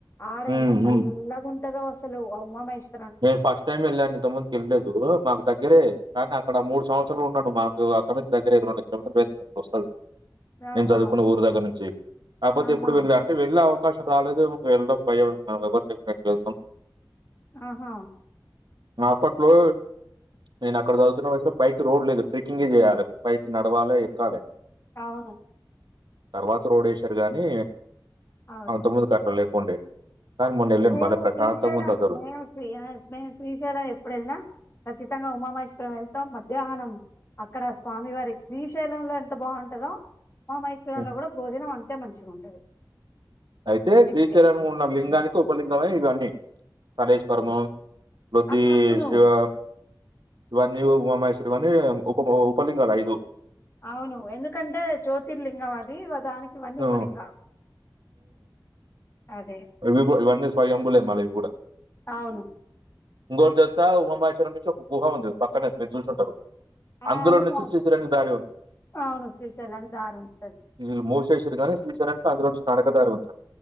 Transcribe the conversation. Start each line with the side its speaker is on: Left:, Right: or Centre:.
Left: ఆడ
Right: హ్మ్.
Left: ఎంత చల్లగా
Right: హ్మ్.
Left: ఉంటదో అసలు ఉమామహేష్
Right: నేను ఫస్ట్ టైం వెళ్లాను ఇంతకుముందు వెళ్లలేదు మాకు దగ్గరలో దగ్గరే కానీ అక్కడా మూడు సంవత్సరాలు ఉన్నాను మాకు అక్కడినుంచి దగ్గర రెండు కిలోమీటర్ అలా వస్తాది
Left: ఆహా
Right: నేను చదువుకున్న ఊరు దగ్గర నుంచి కాకపోతే
Left: ఆహా
Right: ఎప్పుడు వెళ్ళ అంటే వెళ్ళాం అవకాశం రాలేదేమో వెళ్ళడం భయం ఏమో లేదు
Left: ఆహా
Right: ఆ అప్పట్లో నేను అక్కడ చదువుతున్న వయసులో పైకి రోడ్ లేదు ట్రెక్కింగ్ చేయాలి పైకి నడవాలే ఎక్కాలే
Left: అవును
Right: తర్వాత రోడ్డు ఏశారు గాని
Left: అవును
Right: అంతక ముందు అట్లా లేకుండే కాని మొన్న ఏళ్ళాను
Left: మేము
Right: బలే ప్రశాంతంగా
Left: శ్రీశైలం
Right: ఉంది అసలు
Left: మేము శ్రీశైలం ఎప్పుడైనా ఖచ్చితంగా ఉమామహేశ్వరం వెళ్తాం మధ్యాహ్నం అక్కడ స్వామి వారికి శ్రీశైలంలో ఎంత బాగుంటదో ఉమామహేశ్వరం
Right: హ్మ్.
Left: లో కూడా భోజనం అంతే అంతే మంచిగా ఉంటది
Right: అయితే
Left: మిక్సీ
Right: శ్రీశైలంలో ఉన్న లింగానికి ఉపలింగమై ఇవన్నీ సరేశ్వరము బొద్ది
Left: ఆ అవును
Right: శివా ఇవన్నీ ఉమామహేశ్వరి ఇవన్నీ ఉప ఉపలింగాలు ఐదు
Left: అవును ఎందుకంటే జ్యోతి లింగం అది వద్ దానికి ఇవన్నీ
Right: హ్మ్.
Left: ఉపలింగాలు అదే
Right: అవేవో ఇవన్నీ స్వయంభులే మళ్ళీ ఇవి గూడా
Left: అవును
Right: ఇంగోటి దెలుసా ఉమాహేశ్వరం నుంచి ఒక గుహ ఉంది పక్కనే మీరు చూసుంటారు
Left: ఆ
Right: అందులో
Left: అవును
Right: నుంచి శ్రీశైలానికి దారి ఉంది
Left: అవును శ్రీశైలానికి దారి ఉంటది
Right: వీళ్ళు మోసేసిర్రు గాని శ్రీశైలానికి అందులోనుంచి నడక దారుంది